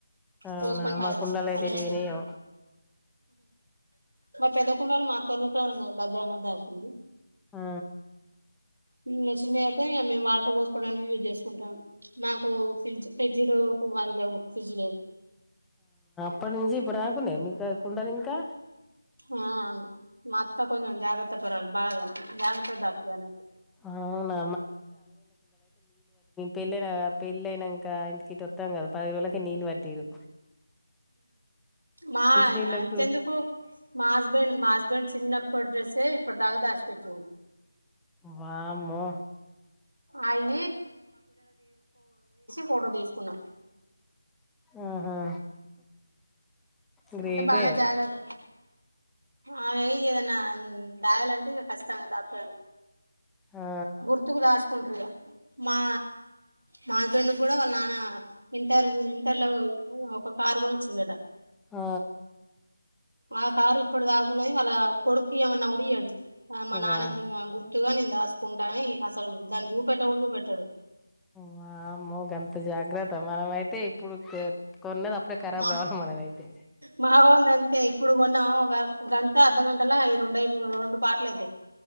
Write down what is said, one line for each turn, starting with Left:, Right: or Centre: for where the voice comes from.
Centre: అవునా
Right: పోసుకొని తాగుతామ్
Centre: మా కుండలు అయితే
Right: అలాగనే
Centre: ఎటు పోయినాయో
Right: మ పెద్ద కుండలో మా తోలితే ఉన్నాయి బద్రాంగధ అసింది
Centre: ఆ
Right: ఉమ్ వచ్చినాక ఇక మేము వాటర్ పోసుకోవడానికి యూజ్ చేసుకుంటాం మాకు ఫ్రిడ్జ ఫ్రిడ్జ్ లో కు అయి అలేవు ఫ్రిడ్జ్ లేద
Centre: అప్పటినుంచి ఇప్పటి నుంచి ఇప్పుడు అకునే మీకా ఎక్కుండను ఇంకా.
Right: ఆ మాత్త కొంచం జాగ్రత్త పరురాలు బాగ జాగ్రత్తగా దాత్తుంది అన్నిమా
Centre: అవునా పెళ్ళనా పెళ్ళ అయినాక ఇంటికి ఇొత్తం కాదు పాధైదు రోజులకె నీళ్ళు పట్టటిరు.
Right: మా
Centre: నీళ్ళకు
Right: అంతెందుకు మా హస్బెండ్ మా హస్బెండ్ చిన్నప్పటి డ్రస్సే ఇప్పటి దాకా దాచిపెట్టిండు
Centre: వామ్మో
Right: ఆయి ఫోటో తీసుకున్నాం
Centre: ఆహా గ్రేటే
Right: అంటే బానే జాగ్రాత ఆమె ఏదన్నా దయాలంటే ఇ కఖచ్చితంగాా ధాప్
Centre: ఆ
Right: గుర్తుకు దాచుకుంట్రగా మా మా హస్బెండ్ కూడా వాళ్ళ నాన్న. ఇంటర్ ఇంటర్ లో ఒక కారు కొనీ చిన్నట
Centre: ఆ
Right: ఆ కారు ఇప్పుడు దాకుండది వాళ్ళ కొడుక్కియ్యమన్నా కూడియ్యడు. ఆ మా నాన్నఇగా
Centre: వా
Right: గుర్తుగా ని దాసుకుంటా అని అసలు దాని జూ పెట్ట కూడా చూపెట్టాడు.
Centre: వమో గంత జాగ్రత్త మనమై ఐతే ఇప్పుడు కొన్నదఆప్పుడే ఖరాబ్
Right: మా
Centre: కావాలి మనదైతే
Right: మా వాంది అంతే ఇప్పుడు కొన్న ఒక గంట అర్ధగంటలా ఐయి రెండు పార్టీలైతే